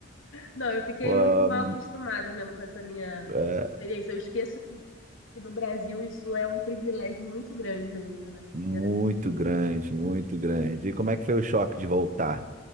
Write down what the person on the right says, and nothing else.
Pô,
é,
muito
grande, muito grande. E como é que foi o choque de voltar?